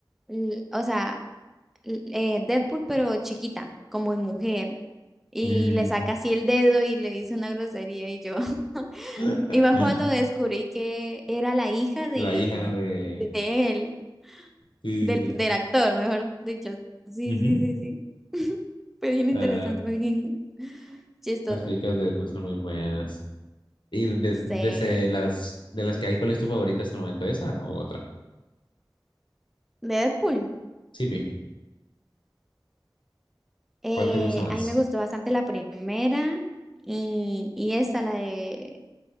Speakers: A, in the centre; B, on the left.
A: l- o sea, l- eh, Deadpool, pero chiquita, como en mujer, y
B: Mm.
A: le saca así el dedo y le dice una grosería y yo. <laughs>
B: <laughs>
A: Y más cuando descubrí que era la hija de,
B: La hija de...
A: de él,
B: Sí,
A: del,
B: sí,
A: del actor, mejor dicho. Sí,
B: sí. Ujú.
A: sí, sí, sí. <laughs> Fue bien interesante,
B: Ah,
A: fue bien chistoso.
B: las películas de Deadpool son muy buenas. ¿Y de,
A: Sí,
B: de
A: de
B: ese- las, de las que hay, cuál es tu favorita hasta el momento? ¿Esa o otra?
A: Deadpool.
B: Sí, Pi,
A: Eh,
B: ¿cuál te gusta más?
A: a mí me gustó bastante la primera y, y esta, la de